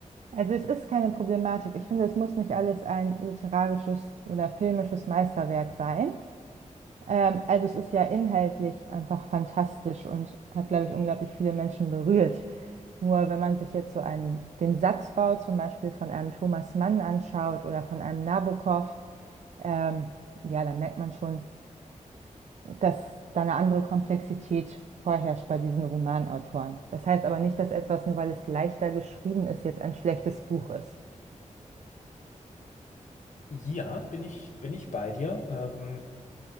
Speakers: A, on the right (about 60°); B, on the left (about 70°).
A: Also es ist keine Problematik. Ich finde, es muss nicht alles ein literarisches oder filmisches Meisterwerk sein. Ähm, also es ist ja inhaltlich einfach fantastisch und hat, glaube ich, unglaublich viele Menschen berührt. Nur wenn man sich jetzt so einen, den Satzbau zum Beispiel von einem Thomas Mann anschaut oder von einem Nabokov, ähm, ja, dann merkt man schon, dass da eine andere Komplexität vorherrscht bei diesen Romanautoren. Das heißt aber nicht, dass etwas, nur weil es leichter geschrieben ist, jetzt ein schlechtes Buch ist.
B: Ja, bin ich, bin ich bei dir. Ähm,